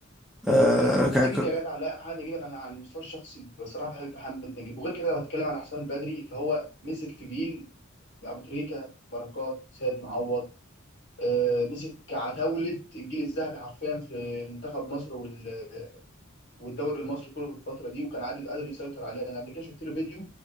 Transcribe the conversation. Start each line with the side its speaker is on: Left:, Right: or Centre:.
Centre: اه,
Left: بس محمد
Centre: ك...
Left: نجيب
Centre: ك...
Left: يا جدع لا محمد نجيب انا على المستوى الشخصي بصراحة بحب محمد نجيب وغير كده لو هتكلم على حسام البدري فهو مسك في جيل ابو تريكة بركات سيد معوض آه، مسك عتاولة الجيل الذهبي حرفيا في منتخب مصر وال والدوري المصري كله في الفتره دي وكان عادي قادر يسيطر عليها ده انا قبل كده شفت له فيديو